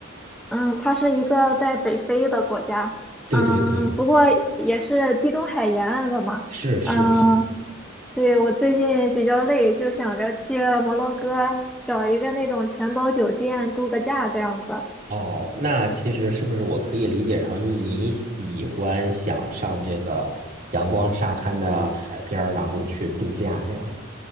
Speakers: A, in the centre; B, on the right.
A: 嗯，它是一个在北非的国家，
B: 对对对，
A: 嗯，不过也是地中海沿岸的嘛，
B: 是是是。
A: 嗯，对，我最近比较累，就想着去摩洛哥找一个那种全包酒店度个假这样子，
B: 哦，那其实是不是我可以理解成你喜欢想上这个阳光沙滩的海边儿，然后去度假呀？